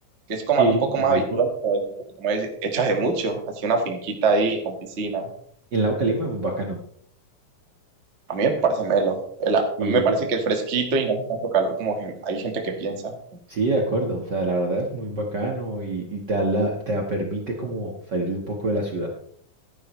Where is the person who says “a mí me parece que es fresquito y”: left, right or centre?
Right